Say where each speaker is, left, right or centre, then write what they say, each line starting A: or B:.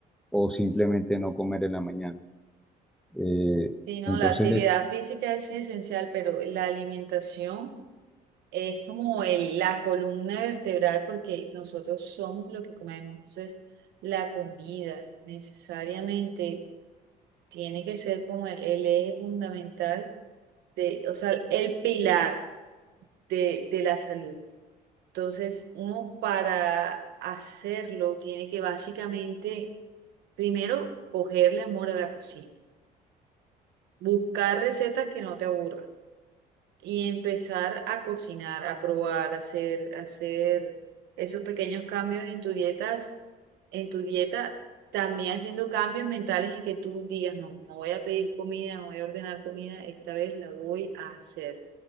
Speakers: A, in the centre; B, on the right.
A: o simplemente no comer en la mañana. Eh,
B: Sí, no,
A: entonces,
B: la actividad física es esencial, pero la alimentación es como el- la columna vertebral porque nosotros somos lo que comemos. Entonces, la comida necesariamente tiene que ser como el, el eje fundamental de, o sea, el pilar de, de la salud. Entonces, uno para hacerlo tiene que básicamente Primero, cogerle amor a la cocina, buscar recetas que no te aburran y empezar a cocinar, a probar, a hacer, a hacer esos pequeños cambios en tu dietas, en tu dieta, también haciendo cambios mentales en que tú digas, no, no voy a pedir comida, no voy a ordenar comida, esta vez la voy a hacer.